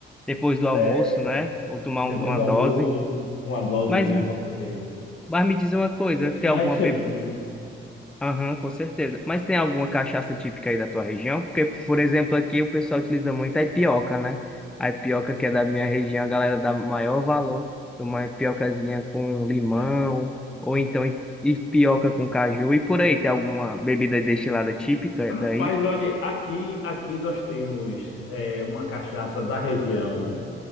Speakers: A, in the centre; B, on the left (about 75°).
A: Depois do almoço,
B: É,
A: né? Ou tomar
B: Depois
A: um- uma
B: do
A: dose.
B: almoço, uma dosezinha
A: Mas, me-
B: para poder
A: mas me diz uma coisa,
B: nos
A: tem
B: finais
A: alguma
B: de semana,
A: bebida?
B: né?
A: Aham, com certeza. Mas tem alguma cachaça típica aí da tua região? Porque, por exemplo, aqui o pessoal utiliza muito a ipioca, né? A ipioca que é da minha região, a galera dá maior valor. Uma ipiocazinha com limão,
B: É.
A: ou então ipioca com caju. E por aí, tem alguma bebida destilada típica
B: Rapaz,
A: daí?
B: olha, aqui aqui nós temos é, uma cachaça da região